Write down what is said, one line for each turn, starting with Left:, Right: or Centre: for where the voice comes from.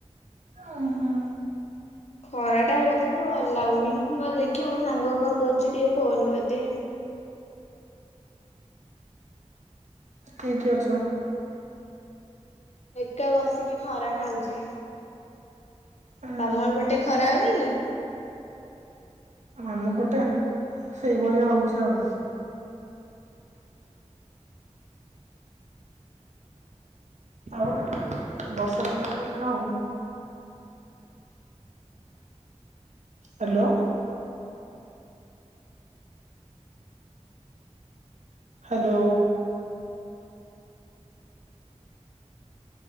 Right: ଓ ହଁ।
Left: ଖରାଟା ହୋଉଚି ଯେ ଭଲ ଲାଗୁନି ମୁଁ କହଲି ଦେଖିଆ ମୋ ସାଙ୍ଗ କଣ କରୁଚି ଟିକେ ଫୋନ କରିଦିଏ।
Right: କିଏ କିଏ ଅଛ?
Left: ଏକା ବସିକି ଖରା ଖାଉଚି।
Right: ଉଁ ହୁଁ
Left: ତମ ଏପଟେ ଖରା ହୋଉନି କି?
Right: ଆମ ପଟେ ସେଇଭଳିଆ ହୋଉଚି ଆଉ। ଆଉ ବର୍ଷା ତମର ହୋଉଚି ନା ହୋଉନି ହାଲୋ। ହାଲୋ।